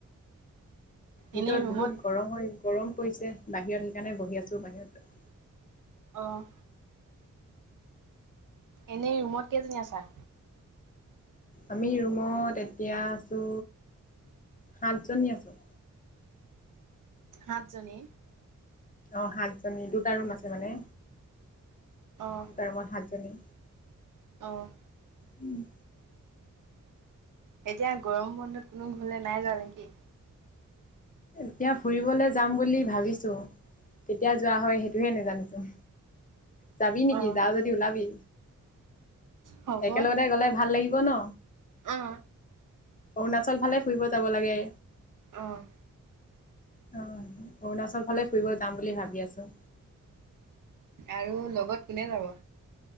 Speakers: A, on the left; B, on the right.
A: ভিতৰত
B: এনেই ৰুমত
A: বহুত গৰম হৈ গৰম পৰিছে বাহিৰত সেইকাৰণে বহি আছো বাহিৰতে।
B: অঁ। এনেই ৰুমত কেইজনি আছা?
A: আমি ৰুমত এতিয়া আছো সাতজনী আছোঁ।
B: সাতজনি?
A: অ', সাত জনি দুটা ৰুম আছে মানে।
B: অ'।
A: তাৰ মই সাতজনী।
B: অঁ।
A: উম।
B: এতিয়া গৰম বন্ধত কোনো ঘৰলৈ নাই যোৱা নেকি?
A: এতিয়া ফুৰিবলৈ যাম বুলি ভাবিছোঁ, কেতিয়া যোৱা হয় সেইটোহে নেজানিছোঁ। যাবি নেকি?
B: অ
A: যাৱ যদি ওলাবি।
B: হ'ব
A: একেলগতে গ'লে ভাল লাগিব ন,
B: অ
A: অৰুণাচল ফালে ফুৰিব যাব লাগে।
B: অ'।
A: অ', অৰুণাচল ফালে ফুৰিব যাম বুলি ভাবি আছোঁ।
B: আৰু লগত কোনে যাব?